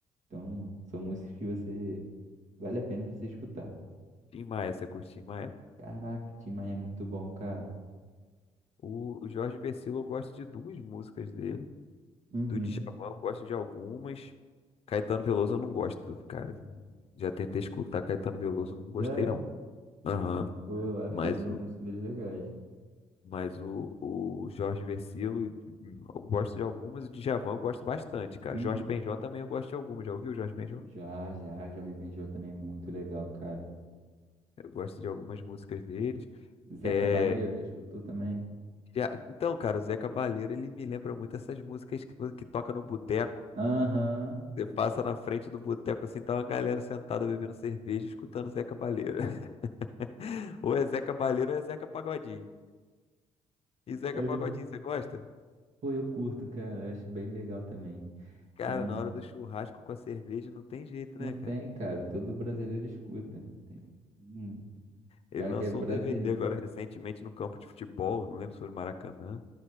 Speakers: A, on the right; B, on the left.
A: então são músicas que você, vale a pena você escutar.
B: Tim Maia, você curte Tim Maia?
A: Caraca, Tim Maia é muito bom, cara.
B: O, o Jorge Vercillo eu gosto de duas músicas dele.
A: Uhum.
B: Do Djavan eu gosto de algumas. Caetano Veloso eu não gosto, cara. Já tentei escutar Caetano Veloso, eu não gostei
A: Sério?
B: não. Aham.
A: Pô, eu acho
B: Mas
A: algumas músicas dele legais.
B: Mas o, o Jorge Vercillo, eu gosto de algumas, o Djavan eu gosto bastante, cara.
A: Uhum.
B: Jorge Benjó também eu gosto de algumas. Já ouviu o Jorge Benjó?
A: Já, já, Jorge Benjô também é muito legal, cara.
B: Eu gosto de algumas músicas deles.
A: Zé
B: É,
A: Cabaleiro, já escutou também?
B: já- então, cara, o Zé Cavaleiro, ele me lembra muito essas músicas que, que toca no boteco.
A: Aham.
B: Você passa na frente do boteco assim, tá uma galera sentada bebendo cerveja, escutando Zé Cavaleiro. <laughs> Ou é Zé Cavaleiro ou é Zeca Pagodinho. E Zeca
A: É
B: Pagodinho,
A: verdade.
B: você gosta?
A: Pô, eu curto, cara. eu Acho bem legal também.
B: Cara,
A: São...
B: na hora do churrasco com a cerveja não tem jeito,
A: Não
B: né,
A: tem,
B: cara?
A: cara. Todo brasileiro escuta. Tem... Hum,
B: Ele
A: Cara
B: lançou
A: que é brasileiro.
B: um DVD agora recentemente no campo de futebol, não lembro se foi no Maracanã.